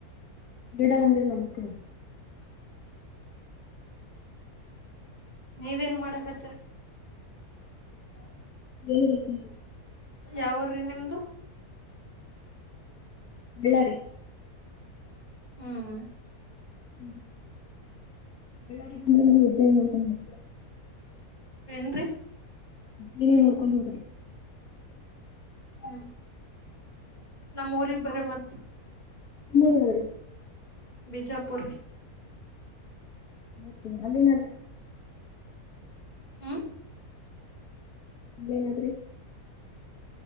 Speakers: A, on the left; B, on the left.
A: ಗಿಡ ಒಂದಿಲ್ಲ ಮಕ್ಕಳು
B: ನೀವೇನ್ ಮಾಡಕ್ತರಿ ಹ
A: ಏನ್ ರದು
B: ಯಾವೂರು ನಿಮ್ದು
A: ಬಳ್ಳಾರಿ
B: ಹ್ಮ್
A: ಹ್ಮ್ ಬಳ್ಳಾರಿ ಬಂದ್ರಂದಜ ನೋಡ್ <unintelligible>
B: ಏನ್ ರೀ
A: ನೀನೇ ನೋಡ್ಕೊಂಡ್ ಹೋಗ್ರಿ
B: ಹ್ಮ್ ನಮ್ಮ ಊರಿಗ್ ಬರ ಮತ್
A: ಮೂರುವರಿ
B: ಬಿಜಾಪುರ್ ರೀ
A: ಹೋತ್ ಅಲ್ಲಿನತ್ರ
B: ಹ್ಮ್
A: ಇನ್ನೇನಾದ್ರಿ